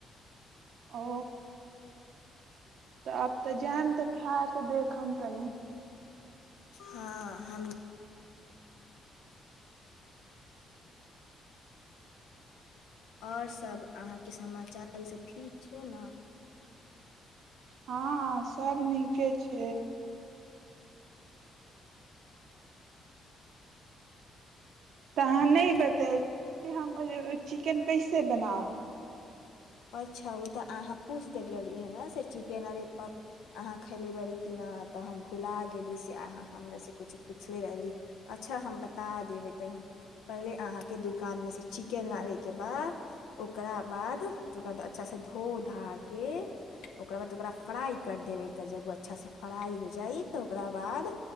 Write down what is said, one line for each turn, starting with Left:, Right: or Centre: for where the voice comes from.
Right: ओ तऽ आब तऽ जायम तऽ खा के देखम तनी
Left: हँ हम आओरसभ अहाँके समाचार ईसभ ठीक छै ने
Right: हँ सब नीके छै तऽ अहाँ नहि
Left: ने
Right: बतय हम - चिकेन कैसे बनाउ
Left: अच्छा ओ तऽ अहाँ पूछि देल रहली हे ने से चिकेन अरे पप्प अहाँ खयलेबी कि नहि तऽ हम भुला गेली से अहाँ हमर से किछु पुछले रहली अच्छा हम बता देबै तनि पहिले अहाँके दोकानमे से चिकेन लाबयके बाद ओकरा बाद ओकरा अच्छासँ धो धाके ओकरा बाद ओकरा फ्राइ कर देबैके जब अच्छासँ फ्राइ हो जाइ तऽ ओकरा बाद